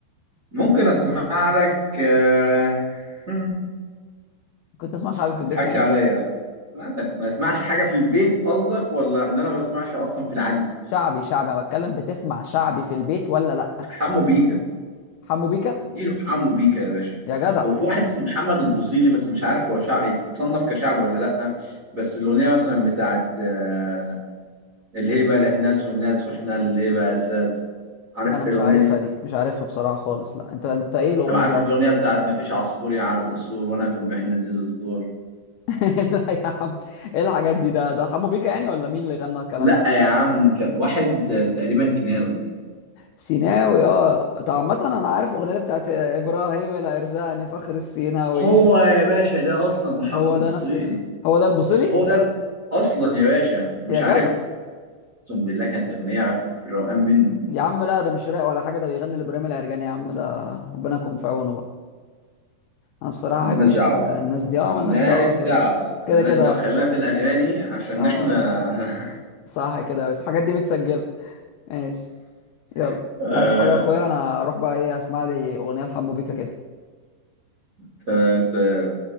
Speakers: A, on the right; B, on the left.
A: ممكن اسمع لك آه، <laughs>
B: كنت تسمع شعبي في
A: ما
B: البيت
A: تضحكش
B: يعني
A: عليا اسمع- ما اسمعش حاجه في البيت قصدك ولا ان انا ما بسمعش اصلا في العادي
B: شعبي شعبي انا بتكلم بتسمع شعبي في البيت ولا لا
A: حمو بيكا
B: حمو بيكا
A: اديله في حمو بيكا يا باشا
B: يا جدع
A: وفي واحد اسمه محمد البوصيلي بس مش عارف هو شعب يتصنف كشعب ولا لا بس الاغنيه مثلا بتاعت آه، الهيبة للناس والناس وإحنا للهيبة أساس عارف
B: انا
A: أنت
B: مش
A: الأغنية
B: عارفها
A: دي؟
B: دي مش عارفها بصراحه خالص لا انت انت ايه الاغنيه
A: طب عارف
B: دي يا عم
A: الأغنية بتاعت ما فيش عصفور يعاد قصور وأنا في المحنة دي ذو دستور
B: <laughs> لا يا عم ايه الحاجات دي ده ده حمو بيكا يعني ولا مين اللي غنى الكلام
A: لأ
B: ده
A: يا عم كان واحد تقريبا سيناوي
B: سيناوي اه طب عامه انا عارف الاغنيه دي بتاعت ابراهيم العرجاني فخر السيناوي
A: هو يا باشا ده أصلا محمد
B: هو
A: البصيري
B: ده نفس ال... هو ده البوصلي
A: هو ده أصلا يا باشا أنت مش
B: يا جدع
A: عارف أقسم بالله كانت أغنية في الروقان منه
B: يا عم لا ده مش راق ولا حاجه ده بيغني لابراهيم العرجاني يا عم ده ربنا يكون في عونه بقى انا بصراحه ما
A: ملناش
B: احبش
A: دعوة
B: ال- الناس دي اه
A: ملناش
B: ملناش دعوه كده
A: دعوة
B: كده
A: ملناش
B: كده
A: دعوة
B: اه
A: خلينا في الأغاني عشان
B: اه
A: إحنا
B: صح كده يا باشا الحاجات دي متسجله ماشي يلا
A: <laughs> آه،
B: انت عايز حاجه يا اخويا انا اروح بقى ايه اسمع لي اغنيه لحمو بيكا كده
A: تمام،